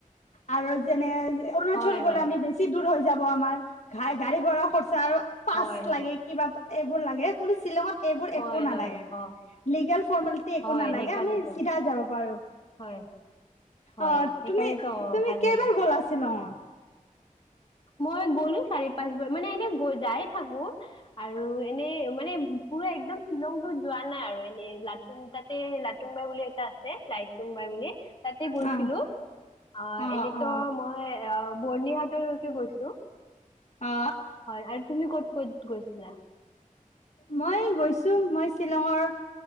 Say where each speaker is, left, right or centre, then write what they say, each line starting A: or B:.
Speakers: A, on the left (about 55°); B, on the left (about 35°).
A: আৰু যেনে। অৰুণাচল
B: হয়
A: গ'লে
B: হয়
A: আমি বেছি দূৰ হৈ যাব আমাৰ ঘা গাড়ী ভাড়া খৰচ আৰু পাটচ্
B: হয় হয়
A: লাগে কিবা এইবোৰ লাগে কোনো শ্বিলঙত। এইবোৰ
B: হয়
A: একো নালাগে
B: হয় অ
A: লিগেল ফৰ্মেলিটি একো
B: হয়
A: নালাগে
B: সেইকাৰণেতো
A: আমি। চিধা যাব পাৰো
B: হয় হয়
A: অহ ',
B: সেইকাৰণেতো
A: তুমি - তুমি
B: ভাল
A: কেইবাৰ
B: লাগে
A: গ'লা শ্বিলঙত?
B: মই গ'লো চাৰি পাঁচ বজ মানে এনে যাই থাকো আৰু এনে মানে পুৰা একদম শ্বিলংতটো যোৱা নাই আৰু এনে লাটুম তাতে লাটুম বাই বুলি এটা আছে লুং বাই বুলি। তাতে গৈছিলো
A: অ
B: অহ ',
A: অ
B: এনেতো
A: অ
B: মই অহ ', বৰ্নিহটোৰ গৈছো।
A: অ
B: হয়, আৰু তুমি ক'ত - ক'ত গৈছিলা?
A: মই গৈছো মই শ্বিলঙৰ